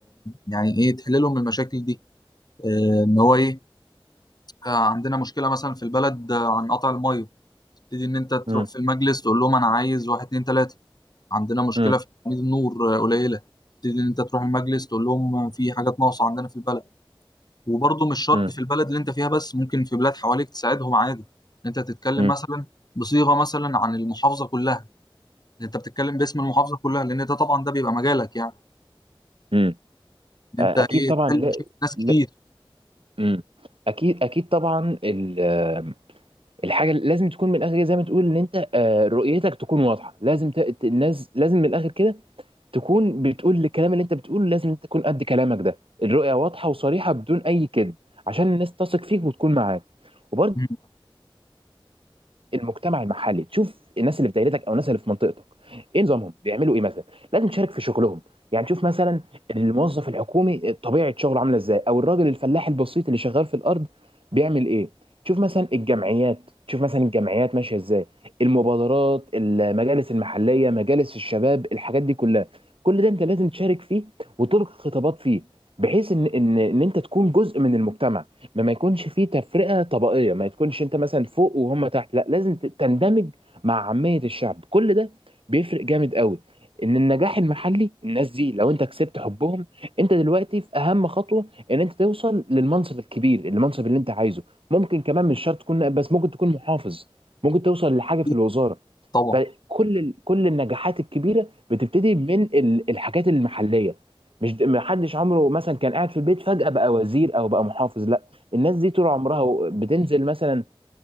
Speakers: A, on the left; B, on the right.
A: يعني ايه تحل لهم المشاكل دي آه، ان هو ايه آه، عندنا مشكله مثلا في البلد آه، عن قطع الميه تبتدي ان انت تروح
B: مم.
A: في المجلس تقول لهم انا عايز واحد اتنين تلاته عندنا مشكله
B: مم.
A: في تأمين النور آه، قليله تبتدي ان انت تروح المجلس تقول لهم في حاجات ناقصه عندنا في البلد وبرضه مش شرط
B: مم.
A: في البلد اللي انت فيها بس ممكن في بلاد حواليك تساعدهم عادي ان انت تتكلم
B: مم.
A: مثلا بصيغه مثلا عن المحافظه كلها إن انت بتتكلم باسم المحافظه كلها لان ده طبعا ده بيبقى مجالك يعني
B: مم.
A: ان
B: آه،
A: انت
B: اكيد
A: ايه
B: طبعا
A: تحل
B: لا,
A: مشاكل ناس
B: لا
A: كتير
B: مم. اكيد اكيد طبعا ال- آه، الحاجه اللي لازم تكون من الاخر زي ما تقول ان انت آه، رؤيتك تكون واضحه لازم ت- ت- الناس لازم من الاخر كده تكون بتقول الكلام اللي انت بتقوله لازم انت تكون قد كلامك ده الرؤيه واضحه وصريحه بدون اي كذب عشان الناس تثق فيك وتكون معاك وبرضه
A: مم.
B: المجتمع المحلي تشوف الناس اللي في دايرتك او الناس اللي في منطقتك ايه نظامهم بيعملوا ايه مثلا لازم تشارك في شغلهم يعني تشوف مثلا الموظف الحكومي طبيعه شغله عامله ازاي او الراجل الفلاح البسيط اللي شغال في الارض بيعمل ايه تشوف مثلا الجمعيات تشوف مثلا الجمعيات ماشيه ازاي المبادرات المجالس المحليه مجالس الشباب الحاجات دي كلها كل ده انت لازم تشارك فيه وتلقي خطابات فيه بحيث ان ان ان انت تكون جزء من المجتمع ما ما يكونش فيه تفرقة طبقية ما تكونش انت مثلا فوق وهم تحت لا لازم ت- تندمج مع عامية الشعب كل ده بيفرق جامد قوي ان النجاح المحلي الناس دي لو انت كسبت حبهم انت دلوقتي في اهم خطوة ان انت توصل للمنصب الكبير المنصب اللي انت عايزه ممكن كمان مش شرط تكون نائب بس ممكن تكون محافظ ممكن توصل لحاجة
A: اكيد
B: في الوزارة
A: طبعا
B: فكل ال- كل النجاحات الكبيرة بتبتدي من ال- الحاجات المحلية مش د- ما حدش عمره مثلا كان قاعد في البيت فجأة بقى وزير او بقى محافظ لا الناس دي طول عمرها بتنزل مثلا